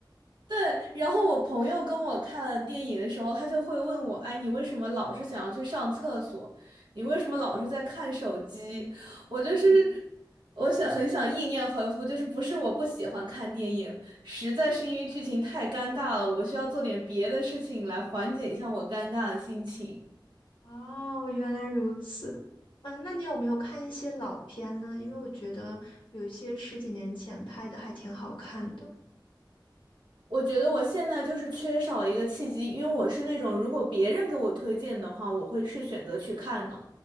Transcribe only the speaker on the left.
<laughs> 嗯。
哦，原来如此。嗯，那你有没有看一些老片呢？因为我觉得有些十几年前拍的还挺好看的。